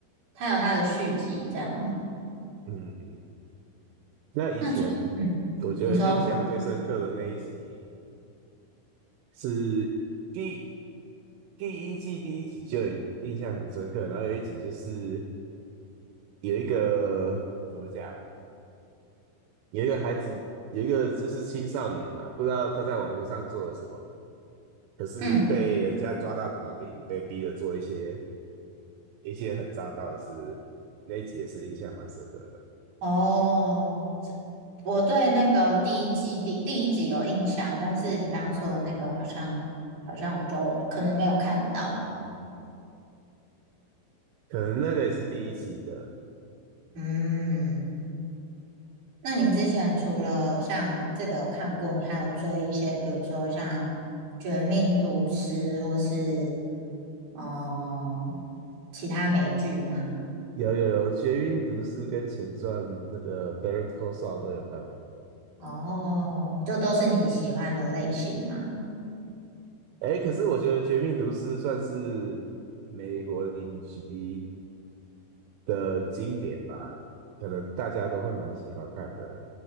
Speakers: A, on the right; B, on the right.
A: 他有他的续集这样。
B: 嗯嗯。那以前我觉得印象最深刻的那一集
A: 那除，嗯，你说，
B: 是第第一季第一集就印象很深刻，然后有一集就是有一个怎么讲，有一个孩子有一个就是青少年嘛，不知道他在网络上做了什么，可是被人家抓到把柄，
A: 嗯，
B: 被逼着做一些一些很糟糕的事，那一集也是印象蛮深刻的。
A: 哦，这我对那个第一季第第一集有印象，但是你刚刚说的那个好像好像我就可能没有看到，
B: 嗯。可能那个也是第一季的，
A: 嗯。那你之前除了像这个有看过，你还有追一些，比如说像《绝命毒师》或是哦、其他美剧吗？
B: 有有有，《绝命毒师》跟前传那个《Better Call s a u 都有看。
A: 哦，就都是你喜欢的类型吗？
B: 哎，可是我觉得《绝命毒师》算是美国影集的经典吧，可能大家都会蛮喜欢看的，